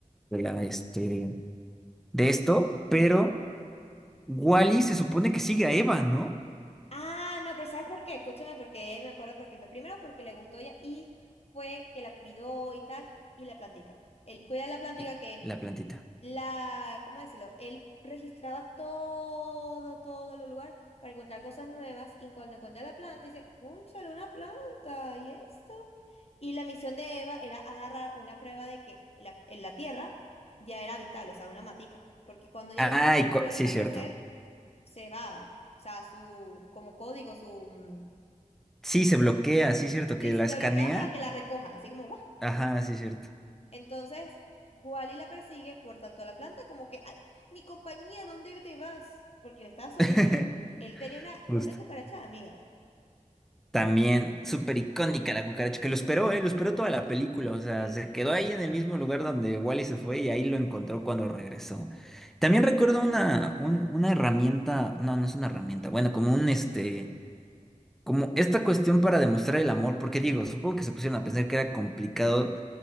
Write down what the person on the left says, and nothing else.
Sí.
Ah, no, pero ¿sabes por qué? Escúchame, porque me acuerdo porque fue primero porque le gustó ella y fue que la cuidó y tal, y la plantica. Él cuida la plantica
que
la, ¿cómo decirlo? Él registraba todo, todo el lugar para encontrar cosas nuevas y cuando encontré la planta, dice, ¡Cónchale, una planta! ¿Y esto? Y la misión de Eva era agarrar una prueba de que la, en la tierra ya era habitable, o sea, una matica, porque cuando ya
las matas están
volviendo
a crecer, se va, o sea, su, como código, su, mm,
sí,
se
bloquea para que la recojan, así como, ¡guau!
Entonces, Wally la persigue por tanto a la planta como que, ay, mi compañía, ¿dónde te vas? Porque él estaba solito.
Él tenía una,
una cucaracha de amiga.
Sí.